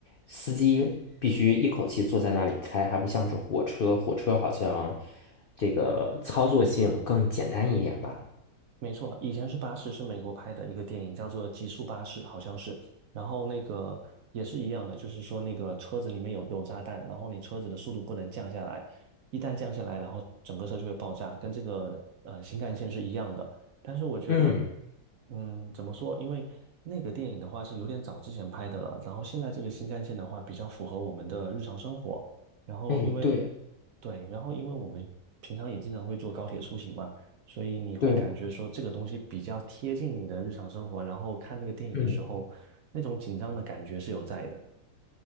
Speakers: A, on the left; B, on the right.
A: 司机必须一口气坐在那里开，还不像是火车，火车好像这个操作性更简单一点吧。
B: 没错，以前是巴士，是美国拍的一个电影，叫做《极速巴士》，好像是。然后那个也是一样的，就是说那个车子里面有有炸弹，然后你车子的速度不能降下来，一旦降下来，然后整个车就会爆炸，跟这个呃新干线是一样的。但是我觉得，
A: 嗯，
B: 嗯，怎么说？因为那个电影的话是有点早之前拍的了，然后现在这个新干线的话比较符合我们的日常生活。然后因为
A: 哎，对
B: 对，然后因为我们平常也经常会坐高铁出行嘛。所以你会感觉说这个东西比较贴近你的日常生活，
A: 对，
B: 然后看那个电影的时候，
A: 嗯。
B: 那种紧张的感觉是有在的。